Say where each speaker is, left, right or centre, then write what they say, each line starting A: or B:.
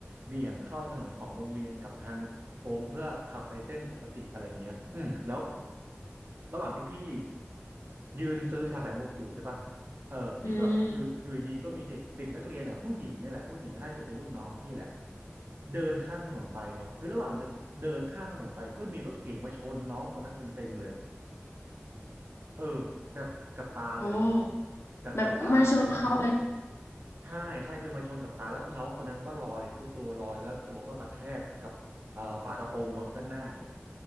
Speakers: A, on the right; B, on the left.
A: เบี่ยงเข้าถนนของโรงเรียนกับทาง โค้งเพื่อขับไปเส้นปกติอะไรอย่างเงี้ยอืมแล้วระหว่างที่พี่ยืนซื้อชาไข่มุกอยู่ใช่ปะเออพี่ก็อยู่อยู่ดีๆก็มีเด็กเด็กนักเรียนอ่ะผู้หญิงเนี่ยแหละผู้หญิงก็น่าจะเป็นรุ่นน้องพี่แหละ
B: อืม
A: เดินข้ามถนนไปเนาะคือระหว่างเดินเดินข้ามถนนไปก็มีรถเก๋งมาชนน้องคนนั้นเต็มๆเลยเออแบบกับตาเลย
B: โอ้
A: แบบกับตาพี่
B: แบบมาชนเขาเลย
A: ใช่ใช่คือมาชนกับตาแล้วน้องคนนั้นก็ลอยคือตัวลอยแล้วตัวก็กระแทกกับเอ่อฝากระโปรงรถด้านหน้า
B: อืม